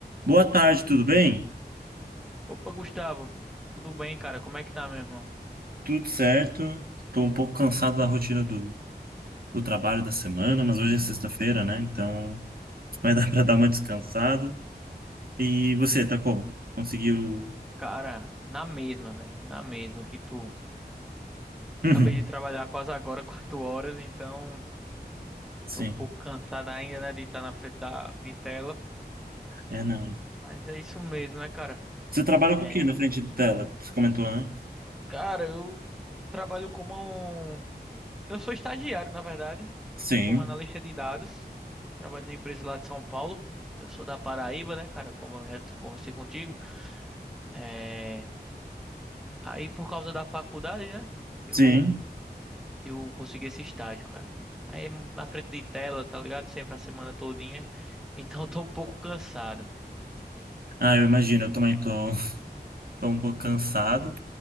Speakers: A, on the right; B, in the centre.
A: Boa tarde, tudo bem?
B: Opa, Gustavo, tudo bem, cara? Como é que tá, meu irmão?
A: Tudo certo. Estou um pouco cansado da rotina do, do trabalho da semana, mas hoje é sexta-feira, né? Então vai dar <laughs> para dar uma descansada. E você, tá como? Conseguiu?
B: Cara, na mesma, velho, na mesma que tu.
A: <laughs> Uhum,
B: Acabei de trabalhar quase agora, <laughs> quatro horas, então
A: Sim.
B: tô um pouco cansado ainda, né, de estar na frente da de tela,
A: É, não.
B: mas é isso mesmo, né, cara?
A: Você trabalha
B: É,
A: com o quê na frente de tela? Você comentou, né?
B: cara, eu trabalho como um... Eu sou estagiário, na verdade,
A: Sim,
B: como analista de dados. Trabalho numa empresa lá de São Paulo. Eu sou da Paraíba, né, cara? Como eu já conversei contigo. É... Aí, por causa da faculdade, né? Eu
A: sim.
B: eu consegui esse estágio, cara. Aí é na frente de tela, tá ligado? Sempre a semana todinha. <laughs> Então eu tô um pouco cansado.
A: Ah, eu imagino, eu também tô, <laughs> tô um pouco cansado.